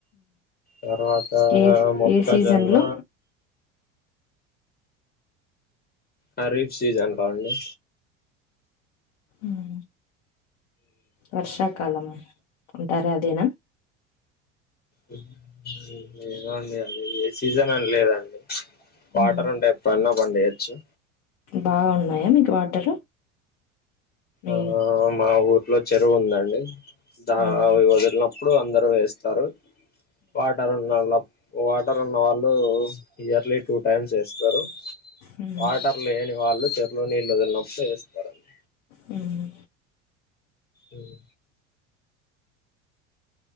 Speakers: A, on the left; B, on the left.
A: తర్వాత
B: ఏ
A: మొక్కజొన్న
B: ఏ సీజన్ లో
A: హరీష్ సీజన్ లో అండి
B: ఉమ్ వర్షాకాలం ఉంటారా అదేనా
A: ఉమ్ ఏమో అండి అది ఏ సీజన్ అని లేదుఅండి వాటర్
B: మ్మ్.
A: ఉంటే ఎప్పుడున్నవ్వండే యచ్చు
B: బాగున్నాయా మీకు వాటరు మీ
A: ఆ మా ఊర్లో చెరువు ఉందండి దా
B: మ్మ్.
A: అవి వదిలినప్పుడు అందరుూ వేస్తారు వాటర్ ఉన్నళ్ళ వాటర్ ఉన్న వాళ్ళు ఇయర్లీ టూ టైమ్స్ వేస్తారు
B: మ్మ్.
A: వాటర్ లేని వాళ్ళు చెరుర్లో నీళ్ళు వదిలినప్పుడు వేస్తారండి
B: మ్మ్.
A: ఉమ్